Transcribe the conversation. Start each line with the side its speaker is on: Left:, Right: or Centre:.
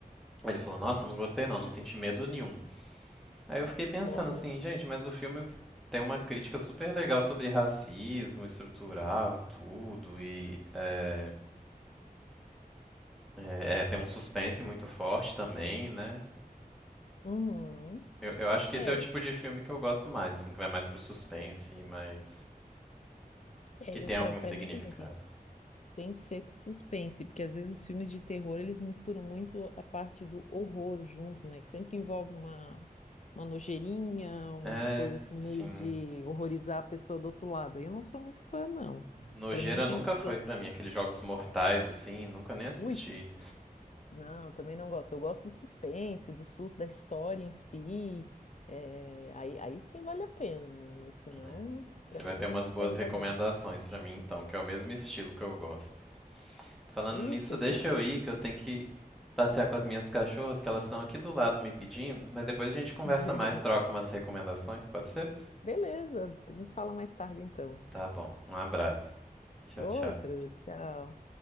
Centre: Aí ele falou, nossa, não gostei não, não senti medo nenhum. Aí eu fiquei pensando
Left: Olha.
Centre: assim, gente, mas o filme tem uma crítica super legal sobre racismo estrutural e tudo, e é, é, é, tem um suspense muito forte também, né?
Left: Uhum.
Centre: Eu, eu acho que
Left: É,
Centre: esse é o tipo de filme que eu gosto mais, assim, que vai mais pro suspense e mais
Left: é,
Centre: que tem
Left: eu para
Centre: algum
Left: para
Centre: significado.
Left: mim também tem. Tem que ser com suspense, porque às vezes os filmes de terror eles misturam muito a parte do horror junto, né? Que sempre envolve uma, uma nojeirinha, uma
Centre: É,
Left: coisa assim meio
Centre: sim.
Left: de horrorizar a pessoa do outro lado. Aí Eu não sou muito fã, não.
Centre: Nojeira
Left: Pra mim tem
Centre: nunca
Left: que ser.
Centre: foi pra mim aqueles jogos mortais assim, nunca nem assisti.
Left: Ui, não, eu também não gosto. Eu gosto do suspense, do susto, da história em si. É, aí, aí sim vale a pena, né? Mas senão,
Centre: né?
Left: pra
Centre: Você vai
Left: mim,
Centre: ter umas boas
Left: perde
Centre: recomendações
Left: a graça.
Centre: pra mim então, que é o mesmo estilo que eu gosto. Falando
Left: É
Centre: nisso,
Left: Isso, esses.
Centre: deixa eu ir que eu tenho que passear com as minhas cachorras que elas estão aqui do lado me pedindo, mas depois a gente conversa
Left: <laughs>
Centre: mais, troca umas recomendações, pode ser?
Left: Beleza, a gente se fala mais tarde então.
Centre: Tá bom. Um abraço. Tchau,
Left: Outro,
Centre: tchau.
Left: tchau.